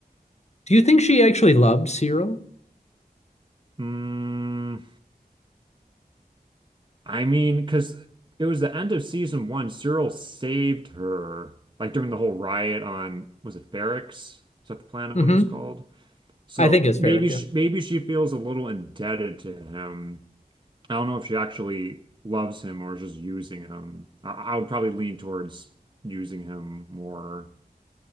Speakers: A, on the left; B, on the right.
A: do you think she actually loved Cyril
B: Mm, I mean, because it was the end of season one. Cyril saved her like during the whole riot on was it Barracks? Is that the planet?
A: hmm
B: What it was called? So
A: I think it's fair
B: maybe
A: yeah
B: she, maybe she feels a little indebted to him. I don't know if she actually loves him or is just using him. I, I would probably lean towards using him more.